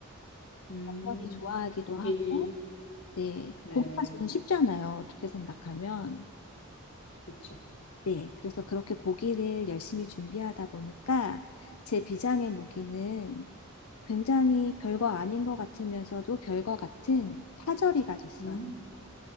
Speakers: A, on the left (about 60°); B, on the left (about 80°).
A: 음,
B: 남편이 좋아하기도
A: 고기,
B: 하고, 네,
A: 네,
B: 고기가 제일 쉽잖아요. 어떻게 생각하면.
A: 그쵸.
B: 네, 그래서 그렇게 고기를 열심히 준비하다 보니까 제 비장의 무기는 굉장히 별거 아닌 것 같으면서도 별거 같은 파절이가 됐어요.
A: 음,